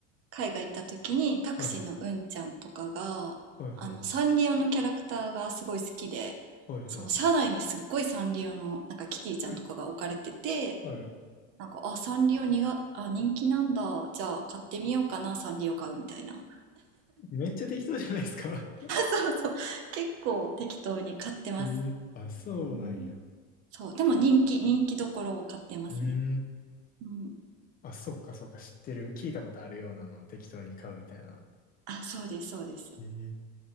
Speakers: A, on the right (about 45°); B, on the left (about 25°).
A: 海外行った時に、タクシーのうんちゃんとかが、
B: はいはいはい
A: あの、サンリオのキャラクターがすごい好きで、
B: はいは
A: その車内にすっごいサンリオの、なんかキティちゃんとかが置かれてて、
B: い。<laughs> はい。
A: なんか、あ、サンリオにが、あ、人気なんだ、じゃあ買ってみようかな、サンリオ買うみたいな。
B: めっちゃ適当じゃないですか。
A: そうそう。結構適当に買ってます。
B: <laughs> ええあ、そうなんや。
A: うん。そう。でも人気、人気どころを買ってますね。
B: うーん。
A: うん。
B: あ、そっかそっか、知ってる。聞いたことあるようなのを適当に買うみたいな。
A: あ、そうです、そうです。
B: えー